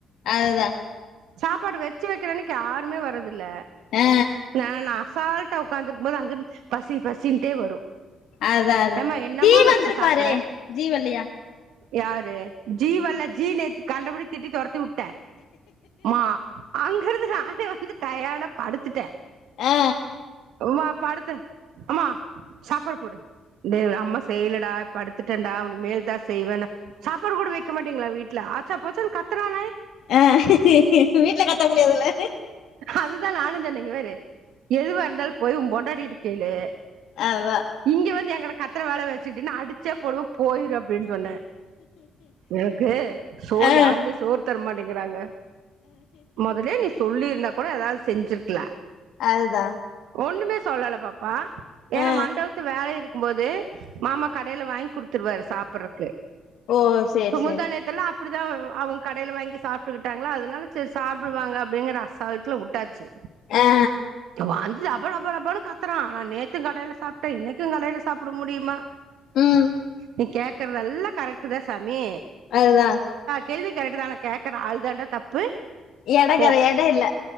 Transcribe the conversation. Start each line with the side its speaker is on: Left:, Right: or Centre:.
Left: அதுதா
Right: சாப்பாடு வெச்சு வெக்கிறன்னைக்கு யாருமே வர்றதுல்ல
Left: ஆ
Right: நானு அசால் உக்காந்து இருக்கும் போது அங்க இருந்து பசி பசின்ட்டே வரு
Left: அதா அதா
Right: ஏம்மா என்னம்மா
Left: ஜீ வந்துருப்பாரு
Right: வச்சு சாப்ட
Left: ஜீ வல்லியா
Right: யாரு ஜீ வல்ல ஜீ நேத்து கண்டபடி திட்டி தொரத்தி வுட்ட மா அங்கிருந்து நானே வந்து டயர்டா படுத் துட்டே
Left: ஆ
Right: வா படுத்து அம்மா சாப்பாடு போடு டே அம்மா செய்லடா படுத்துட்டன்டா உனி மேல் தா செய்வன்ன சாப்பாடு கூட வெக்க மாட்டிங்ளா வீட்ல ஆச்சா போச்சானு கத்தறானே
Left: அ வீட்ல கத்த முடியாதுல
Right: அதுதா நானுஞ் சொன்ன இங்க பாரு எதுவாருந்தாலு போயி உம் பொண்டாட்டிட்ட கேளு
Left: அதா
Right: இங்க வந்து எங்கிட்ட கத்தற வேல வெச் சுகிட்டினா அடிச்சே போடுவே போயிரு அப்டின் சொன்னே எனக்கு சோறு
Left: ஆ
Right: யாருமே சோறு தர மாட்டேங்கிறாங்க மொதல்லயே நீ சொல்லிருந்தா கோட எதாவுது செஞ்சிருக்லா
Left: அதுதா
Right: ஒண்ணுமே சொல்லல பாப்பா ஏனா
Left: ஆ
Right: மண்டபத்து வேலை இருக்கு க்கும் போது மாமா கடைல வாங்கி குடுத்துருவாரு சாப்படறக் கு
Left: ஓ சேரி
Right: இப்ப முந்தா
Left: சேரி
Right: நேத்தெல்லா அப்பிடிதா அவுங்க கடைல வாங்கி சாப்ட்டுகிட்டாங்ளா அதனால சரி சாப்டுவாங்க அப்டிங்கிற அசால்ட்டுல வுட்டாச்சு
Left: ஆ
Right: வந்து லப லப லபனு கத்தறா நா நேத்து கடைல சாப்ட்டே இன்னைக்கு கடைல சாப்பட முடியுமா
Left: ம்
Right: நீ கேக்கறதெல்லா கரெக்ட்தே சாமி
Left: அதுதா
Right: கேள்வி கரெட்டு தா ஆனா கேக்குற ஆள் தாண்டா தப்பு
Left: எட
Right: போ
Left: கர எட இல்ல